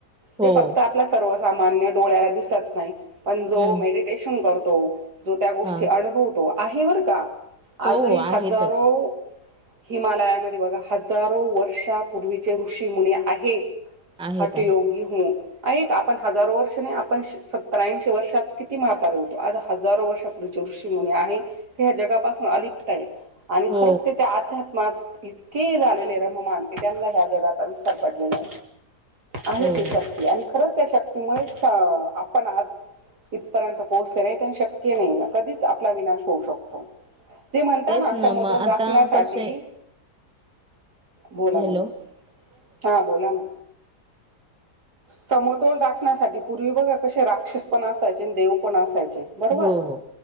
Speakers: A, in the centre; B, on the right.
A: हो.
B: ते फक्त आप सर्वसामान्य डोळ्याला दिसत नाही पण जो
A: हम्म
B: मेडटेश करतो जो त्या गोष्टी
A: हा
B: अनुभवतो आहे बर का
A: हो
B: आजही
A: हो आहेत
B: हजारो
A: तसे
B: हिमालयामध्ये बघा हजारो वर्षापूर्वीचे ऋषीमुने आहेत
A: आहेत
B: हटयोगी
A: आहेत
B: हो एक आपण हजारो वर्ष नाही आपण सत्तरांशी वर्षात किती ती म्हातारे होतो आज हजारो वर्षापढेचे ऋषीमुनी आहे ते ह्या जगापासून अलिप्त आहे आणि
A: हो
B: खरंच ते त्या अध्यात्मात इतके झालेले रममान की त्यांना ह्या जगाचा विस्ार पडलेला आहे
A: हो.
B: अ तु शक्ती खरंच त्या शक्तीमुळे आपण आज इथपर्यंत पोहोचले नाही त्यां श क नाही कधीच आपला विनाश होऊ शकतो जे म्हणत
A: तेच
B: ना समतोल
A: मग
B: राखण्यासाठी
A: आता कसे
B: बोला
A: हॅलो
B: बोला हा बोला ना समतोल रााखण्यासाठी पूर्वी बघा कसे राक्षस पण असायचे देव पण असायचे बरोबर
A: हो हो